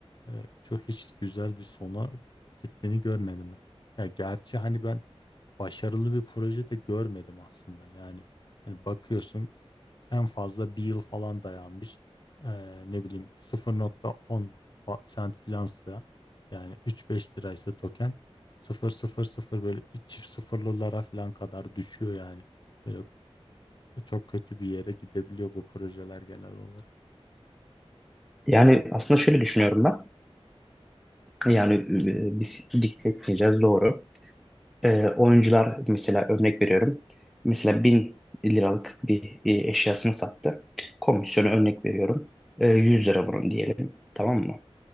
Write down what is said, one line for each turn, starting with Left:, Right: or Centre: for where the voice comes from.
Left: e, çok hiç güzel bir sona gittiğini görmedim ben. Ya gerçi hani ben başarılı bir proje de görmedim aslında. Yani hani bakıyorsun en fazla bir yıl falan dayanmış. Ee, ne bileyim 0.10 fa- sent filansa yani 3-5 liraysa token 0.00 böyle çift sıfırlılara falan kadar düşüyor yani. Böyle çok kötü bir yere gidebiliyor bu projeler genel olarak.
Centre: Yani aslında şöyle düşünüyorum ben. Yani e, biz dikte etmeyeceğiz doğru. E, oyuncular mesela örnek veriyorum. Mesela 1000 liralık bir e, eşyasını sattı. Komisyonu örnek veriyorum. E, 100 lira bunun diyelim. Tamam mı?